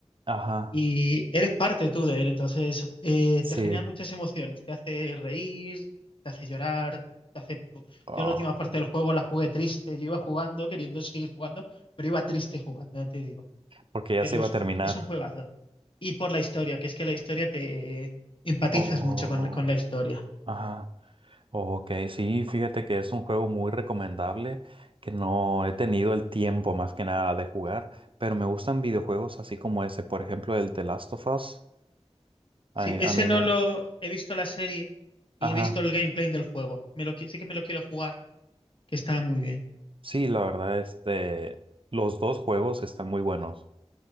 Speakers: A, on the right; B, on the left.
A: Ajá.
B: y eres parte tú de él, entonces eh,
A: Sí.
B: te genera muchas emociones, te hace reír, te hace llorar, te hace...
A: Ah.
B: Yo la última parte del juego la jugué triste, yo iba jugando, queriendo seguir jugando, pero iba triste jugando, ya te digo.
A: Porque ya
B: Pero
A: se iba
B: es
A: a terminar.
B: un, es un juegazo. Y por la historia, que es que la historia te empatizas
A: Oh,
B: mucho con, con la historia.
A: ajá. Ok, sí, fíjate que es un juego muy recomendable que no he tenido el tiempo más que nada de jugar, pero me gustan videojuegos así como ese, por ejemplo, el The Last of Us. A,
B: Sí, ese
A: a mí
B: no
A: me...
B: lo he visto la serie
A: Ajá.
B: y he visto el gameplay del juego. Me lo, qui- sí que me lo quiero jugar, que está muy bien.
A: Sí, la verdad, este, los dos juegos están muy buenos.